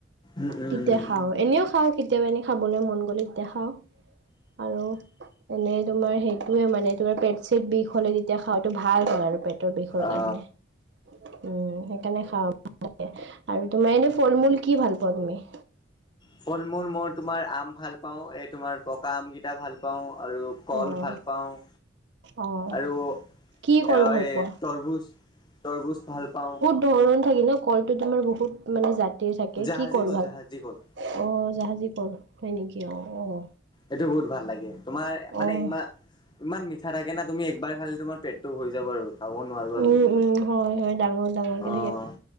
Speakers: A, on the left; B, on the right.
A: উম উম
B: তেতিয়া
A: উম
B: খাওঁ। এনেও খাওঁ কেতিয়াবা এনে খাবলৈ মন গ'লে তেতিয়া খাওঁ। আৰু এনেই তোমাৰ হেৰি সেইটোৱে মানে তোমাৰ পেট চেট বিষ হ'লে তেতিয়া খোৱাটো ভাল হয় আৰু পেটৰ বিষৰ
A: অ।
B: কাৰণে। উম, সেইকাৰণে খাওঁ <inaudible> আৰু তোমাৰ এনে ফল মূল কি ভাল পাৱা তুমি?
A: ফল মূল মোৰ তোমাৰ আম ভাল পাওঁ, এই তোমাৰ পকা আমকেইটা ভাল পাওঁ আৰু কল
B: অ',
A: ভাল পাওঁ।
B: অ',
A: আৰু
B: কি কল
A: এই
B: ভাল পোৱা?
A: তৰভুজ তৰভুজ ভাল পাওঁ
B: হৰণ থাকিলেও কলটো তোমাৰ বহুত মানে জাতিৰ থাকে
A: জাহাজী
B: কি কৰ
A: কল
B: ভাল
A: জাহাজী কল
B: অ জাহাজী কল হয় নেকি অ অ
A: এইটো বহুত ভাল লাগে তোমাৰ মানে
B: অ',
A: ইমা ইমান মিঠা থাকে না তুমি একবাৰ খালে তোমাৰ পেটটো ভৰি যাব আৰু। খাব নোৱাৰিবা
B: উম,
A: তুমি মনে।
B: উম, হয়, হয় ডাঙৰ ডাঙৰকে
A: অ',